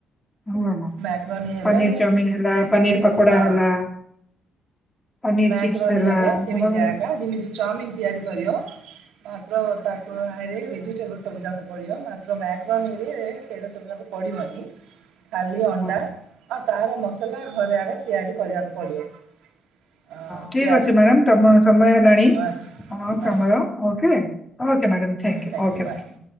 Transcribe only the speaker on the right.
ମ୍ୟାକର ଣୀ ହେଲେ
ମ୍ୟାକରଣୀ
ହଁ।
ମ୍ୟାକରନୀ
ହେଲେ ସେମିତି
ଆଗା ଯେମିତି ଚଉମିିନ ତିଆରି କରିବ ମାତ୍ର ତାକୁ ଆରେ ଭେଜିଟେବଲ ସବୁ ଯାକ ପରିଅ ମାତ୍ର ମାକ୍ରୋନୀରେ ଏ ସେଇଟା ସବୁ ଯା ପଢ଼ିବନି।
ଖାଲି ଅଣ୍ଡା
ଆଉ ତାର ମସଲା ଘରେ ଆଡ଼େ ତିଆରି କରିଆକୁ ପଡ଼ିବ। ହଁ
ପିଆଜ
ଆଚ୍ଛା
ହଁ
thank
you bye